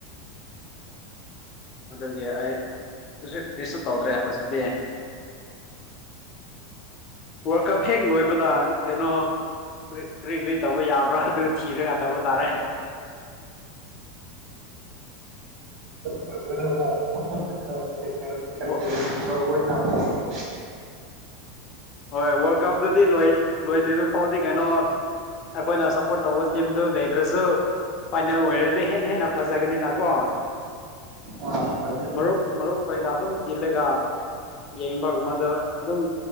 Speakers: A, on the left (about 40°); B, on the right (about 45°).
A: ꯑꯗꯨꯒꯤ ꯑꯩ ꯀꯩꯁ ꯀꯔꯤꯁꯨ ꯇꯧꯗ꯭ꯔꯦ ꯍꯧꯖꯤꯛꯇꯤ ꯋꯥꯔꯜ ꯀꯞ ꯍꯦꯛ ꯂꯣꯏꯕꯗ ꯀꯩꯅꯣ ꯀꯔꯤ ꯀꯨꯔꯤ ꯇꯧꯕ ꯌꯥꯕ꯭ꯔꯥ ꯑꯗꯨ ꯊꯤꯔꯒ ꯇꯧꯕ ꯇꯥꯔꯦ
B: <unintelligible> <inaudible> ꯀꯔꯤ
A: ꯑꯣ
B: <unintelligible>
A: ꯍꯣꯏ ꯋꯥꯔꯜ ꯀꯞꯇꯨꯗꯤ ꯂ‌ꯣꯏ ꯂꯣꯏꯗ꯭ꯔꯤꯕ ꯐꯥꯎꯗꯤ ꯀꯩꯅꯣ ꯑꯩꯈꯣꯏꯅ ꯁꯞꯄꯣꯔꯠ ꯇꯧꯕ ꯇꯤꯝꯗꯨ ꯂꯩꯗ꯭ꯔꯁꯨ ꯐꯥꯏꯅꯦꯜ ꯑꯣꯏꯔꯗꯤ ꯍꯦꯟꯅ ꯍꯦꯟꯅ ꯐꯖꯒꯅꯤꯅꯀꯣ
B: <unintelligible>
A: ꯃꯔꯨꯞ ꯃꯔꯨꯞ ꯈꯩꯒ ꯑꯗꯨꯝ ꯇꯤꯜꯂꯒ ꯌꯦꯡꯕꯒꯨꯝꯕꯗꯣ ꯑꯗꯨꯝ